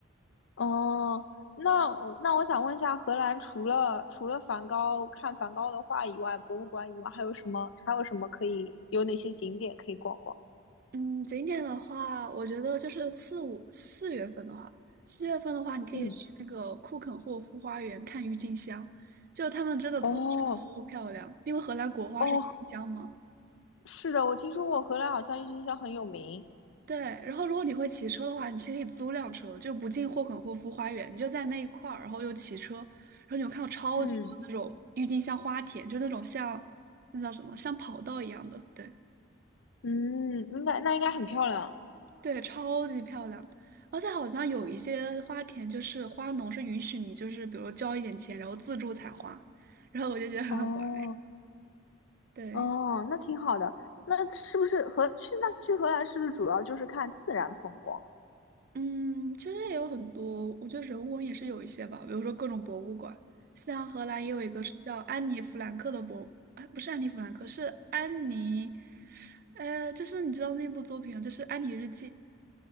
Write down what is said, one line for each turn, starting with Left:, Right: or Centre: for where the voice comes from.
Left: 哦，那我那我想问一下，荷兰除了除了梵高看梵高的画以外，博物馆以外，还有什么还有什么可以有哪些景点可以逛逛？
Right: 嗯，景点的话，我觉得就是四五四月份的话，四月份的话，你可以去那个库肯霍夫花园看郁金香，
Left: 嗯，
Right: 就他们真的做的超漂亮，
Left: 哦
Right: 因为荷兰国花是郁金香嘛。
Left: 哦，是的，我听说过荷兰好像郁金香很有名。
Right: 对，然后如果你会骑车的话，你其实可以租辆车，就不进霍肯霍夫花园，你就在那一块儿，然后又骑车，然后你会看到超级多那种郁金香花田，
Left: 嗯
Right: 就那种像那叫什么，像跑道一样的，对。
Left: 嗯，应该那应该很漂亮。
Right: 对，超级漂亮，而且好像有一些花田，就是花农是允许你，就是比如说交一点钱，然后自助采花，然后我就觉得很好玩。
Left: 哦
Right: 对，
Left: 哦，那挺好的。那是不是荷去那去荷兰是不是主要就是看自然风光？
Right: 嗯，其实也有很多，我觉得人文也是有一些吧，比如说各种博物馆，像荷兰也有一个是叫安妮弗兰克的博，哎，不是安妮弗兰克，是安妮，呃，就是你知道那部作品，就是《安妮日记》。